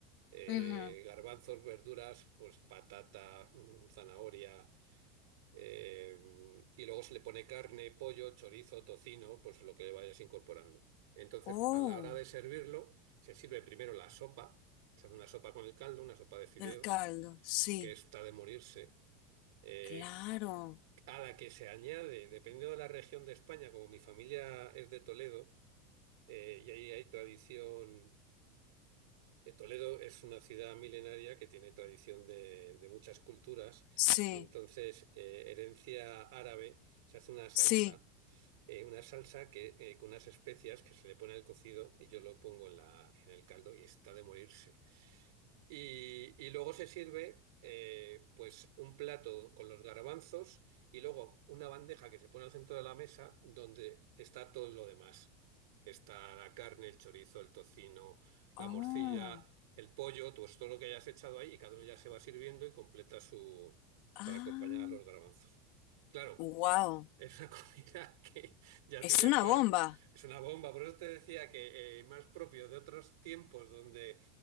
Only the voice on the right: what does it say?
eh,
garbanzos, verduras, pues patata, mm, zanahoria. Eh, y luego se le pone carne, pollo, chorizo, tocino, pues lo que le vayas incorporando. Entonces,
a la hora de servirlo, se sirve primero la sopa, se hace una sopa con el caldo, una sopa de fideos,
que está de morirse, eh,
a la que se añade, dependiendo de la región de España, como mi familia es de Toledo, eh, y ahí hay tradición eh, Toledo es una ciudad milenaria que tiene tradición de, de muchas culturas
y entonces eh, herencia árabe se hace una salsa,
eh, una salsa que eh, con unas especias que se le pone al cocido y yo lo pongo en la, en el caldo y está de morirse. Y, y luego se sirve eh, pues un plato con los garbanzos y luego una bandeja que se pone al centro de la mesa donde está todo lo demás. Está la carne, el chorizo, el tocino, la
morcilla, el pollo, pues todo lo que hayas echado ahí y cada uno ya se va sirviendo y completa su...
para acompañar a los garbanzos. Claro.
Es una <laughs> comida que ya
tienes
para...
Es una bomba, por eso te decía que eh, más propio de otros tiempos donde